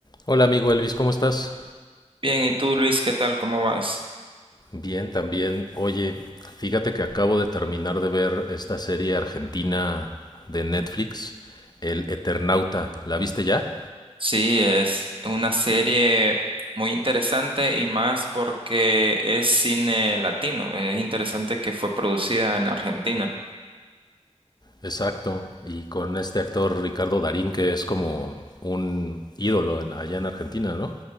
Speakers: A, on the left; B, on the right.
A: Hola amigo Elvis, ¿cómo estás?
B: Bien, ¿y tú, Luis, qué tal? ¿Cómo vas?
A: Bien, también. Oye, fíjate que acabo de terminar de ver esta serie argentina de Netflix, El Eternauta. ¿La viste ya?
B: Sí, es una serie muy interesante y más porque es cine latino. Es interesante que fue producida en la Argentina.
A: Exacto. Y con este actor Ricardo Darín, que es como un ídolo en- allá en Argentina, ¿no?